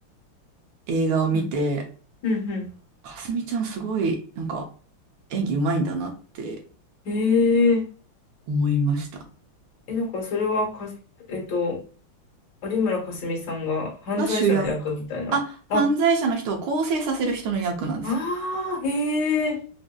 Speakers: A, on the right; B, on the left.
A: 映画を見て、
B: うん。うん。うん
A: かすみちゃんすごい、なんか、演技うまいんだなって
B: へえ。
A: 思いました。
B: え、なんか、それはか、えっと、有村架純さんが犯罪者の役みたいな。
A: が主役。あ、犯罪者の人を更生させる人の役なんですよ。
B: あ、ああ、へえ。